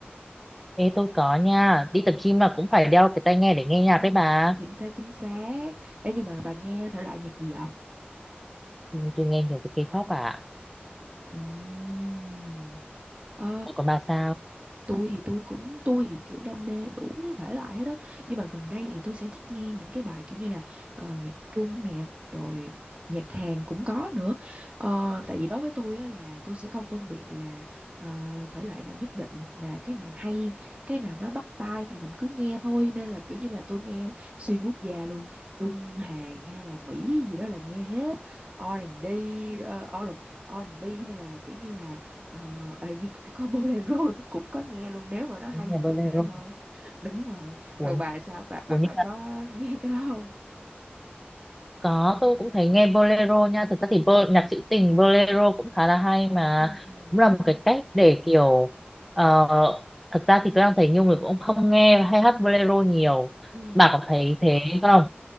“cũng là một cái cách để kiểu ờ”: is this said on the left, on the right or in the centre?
Centre